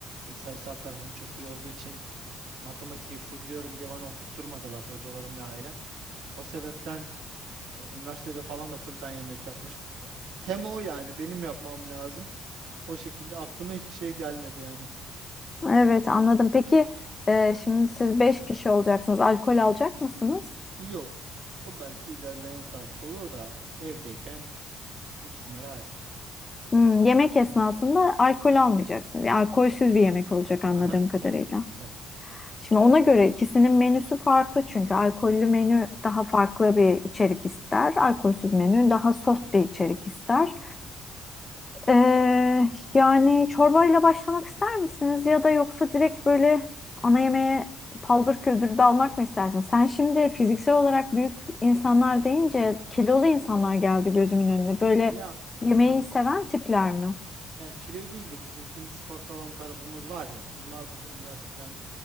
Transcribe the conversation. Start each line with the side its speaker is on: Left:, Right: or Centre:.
Right: e, sayısal tarafım çok iyi olduğu için matematiği fullliyorum diye bana okutturmadılar hocalarım ve ailem. O sebepten e, üniversitede falan da full ben yemek yapmıştım. Tema o yani benim yapmam lazım. O şekilde aklıma hiçbir şey gelmedi yani.
Left: Evet anladım. Peki e, şimdi siz 5 kişi olacaksınız. Alkol alacak mısınız?
Right: Yok. O belki ilerleyen saatte olur da evdeyken büyük ihtimalle hayır.
Left: Hmm, yemek esnasında alkol almayacaksın. Yani alkolsüz bir yemek olacak anladığım
Right: Aha,
Left: kadarıyla.
Right: evet. Evet.
Left: Şimdi ona göre ikisinin menüsü farklı çünkü alkollü menü daha farklı bir içerik ister. Alkolsüz menü daha soft bir içerik ister.
Right: Mhm.
Left: Ee, yani çorbayla başlamak ister misiniz ya da yoksa direkt böyle ana yemeğe paldır küldür dalmak mı istersin? Sen şimdi fiziksel olarak büyük insanlar deyince kilolu insanlar geldi gözümün önüne. Böyle
Right: Ya aha.
Left: yemeği seven tipler mi?
Right: Ya kilo değil de bizim şimdi spor salonu tarafımız var ya. Bunlarda da üniversiteden